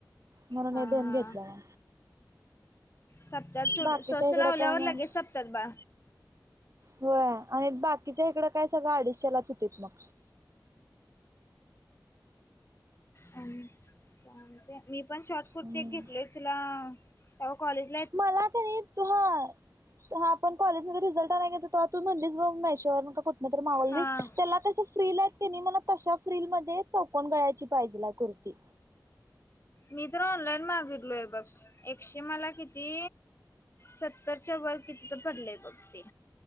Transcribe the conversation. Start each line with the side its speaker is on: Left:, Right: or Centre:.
Right: म्हणून
Left: हा
Right: हे दोन
Left: हा
Right: दोन घेतल्या.
Left: सप्त्याात सुड
Right: बाकीच्या
Left: <unintelligible> स्वस्त
Right: इकडं
Left: लावल्यावर
Right: काय मग
Left: लगेच सप्त्यात बा.
Right: हो आणि बाकीच्या इकडं काय सगळं अडीचशेलाच होतेत मग.
Left: आणि चालतंय. मी पण शॉर्ट कुर्ती
Right: हम्म
Left: घेतलोय तुला तेव्हा कॉलेज
Right: मला तरी तु हा तेव्हा आपण कॉलेजमध्ये रिझल्ट नाही तो तू म्हणलीस ब मेशेवर का कुठ नंतर मावली
Left: हा
Right: त्याला कस फ्रील की न मला तशा फीलल मध्ये चौकन गळायची पाहिजे लाय कुर्ती.
Left: मी तर ऑनलाईन मागितलोय बघ एकशे मला किती? सत्तरच्या वर किती तर पडलेय बघ ते.